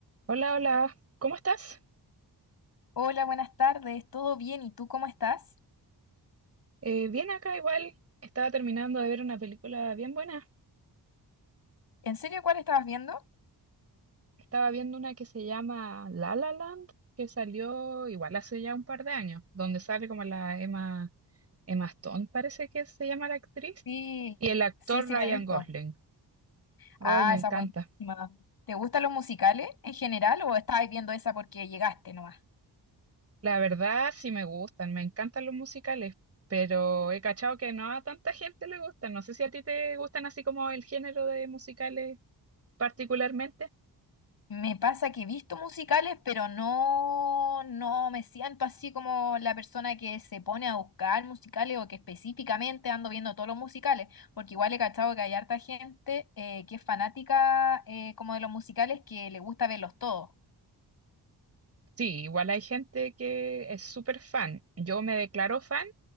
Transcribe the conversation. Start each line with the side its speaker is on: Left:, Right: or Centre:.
Right: Hola, hola, ¿cómo estás?
Left: Hola, buenas tardes, ¿todo bien? ¿Y tú cómo estás?
Right: Eh, bien acá igual, estaba terminando de ver una película bien buena.
Left: ¿En serio cuál estabas viendo?
Right: Estaba viendo una que se llama La La Land, que salió igual hace ya un par de años, donde sale como la Emma, Emma Stone, parece que se llama la actriz,
Left: Sí,
Right: y el actor
Left: sí, sí,
Right: Ryan
Left: la he visto.
Right: Gosling. Ay,
Left: Ah,
Right: me
Left: esa
Right: encanta.
Left: es buenísima. ¿Te gustan los musicales en general o estabas viendo esa porque llegaste nomás?
Right: La verdad sí me gustan, me encantan los musicales, pero he cachado que no a tanta gente le gustan. No sé si a ti te gustan así como el género de musicales particularmente.
Left: Me pasa que he visto musicales, pero no, no me siento así como la persona que se pone a buscar musicales o que específicamente ando viendo todos los musicales, porque igual he cachado que hay harta gente eh, que es fanática eh, como de los musicales que le gusta verlos todos.
Right: Sí, igual hay gente que es súper fan. Yo me declaro fan,